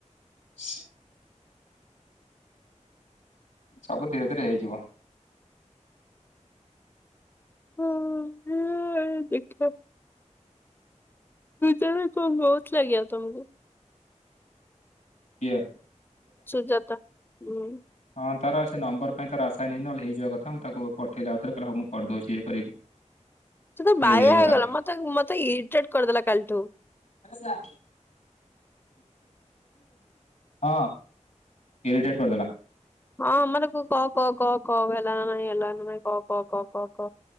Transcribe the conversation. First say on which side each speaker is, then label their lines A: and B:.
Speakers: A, on the left; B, on the left.
A: <inaudible> ସବୁ ଧୀରେ ଧୀରେ ହେଇଯିବ।
B: ହଁ ହଁ ଦେଖିବା। ଜଣ କ <unintelligible> ବହୁତ ଲାଗିଆ ତମକୁ
A: କିଏ?
B: ସୁଜାତା, ହୁଁ
A: ହଁ ତାର ସେ ନମ୍ବର ପାଇଁ ତାର ଆଶା ଇନ୍ ହେଇନି, ନହେଲେ ହେଇଯିବା କଥା, ମୁଁ ତାକୁ ପଠେଇଲି ଆଉଥରେ, କହିଲା ହଉ ମୁଁ କରିଦେଉଛି ଇଏ କରିକି
B: ସେ ତ
A: ହେଇଯାଇବ
B: ବାୟା ହେଇଗଲା
A: ତାର
B: ମତେ, ମତେ ଇରିଟେଟ କରିଦେଲା କାଲିଠୁ ।
A: ନମସ ଆ <unintelligible> ହଁ ଇରିଟେଟ କରିଦେଲା ।
B: ହଁ ଆମର କ କ କ କ କ ହେଲାନ ନାଇଁ ହେଲାନ ନାଇଁ କ କ କ କ କ